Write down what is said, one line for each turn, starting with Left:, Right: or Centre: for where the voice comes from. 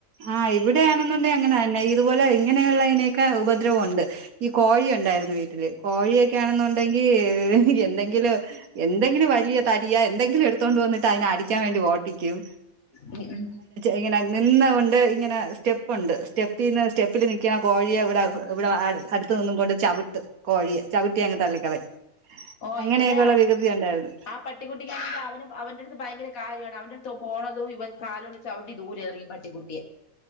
Right: ആഹ് ഇവിടെയാണെന്നുണ്ടെ അങ്ങന അന്ന ഈ അതുപോലെ ഇങ്ങനെയുള്ള ഇനെക്ക ഉപദ്രവോം ഉണ്ട് ഈ കോഴി ഉണ്ടായിരുന്നു വീട്ടില് കോഴിയക്ക അണെന്നു ണ്ടെങ്കി എന്ത ങ്കിലും എന്തങ്കിലും വലിയ തടിയ എന്തങ്കിലും എട്ത്തോണ്ട് വന്ന്ട്ട് അയ്ന അടിക്കാ വേണ്ടി ഓട്ടിക്കും
Left: ഉം ഉം
Right: ഇങ്ങന നിന്ന കൊ ണ്ട് ഇങ്ങന സ്റ്റെപ്പുണ്ട് സ്റ്റെപ്പീന്ന് സ്റ്റെപ്പില് നിക്ക്ണ കോഴിയെവ്ട ഇവ്ടാ അട് ത് നിന്നും കൊണ്ട് ചവ്ട്ടും കോഴിയെ ചവ്ട്ടിയങ് തള്ളിക്കളയും
Left: ഓ
Right: അങ്ങനെയൊക്കെയുള്ള
Left: ഇവിടെ
Right: വികൃതി ഉണ്ടായിരുന്നു
Left: ആ പട്ടിക്കുട്ടിക്കാണെങ്കിൽ അവന്റെ അടുത്ത് ഭയങ്കര കാര്യമാണ് അവന്റെ അടുത്ത് പോണത ഇവൻ കാലുകൊണ്ട് ചവിട്ട ദൂരഎറിയു പട്ടിക്കുട്ടിയെ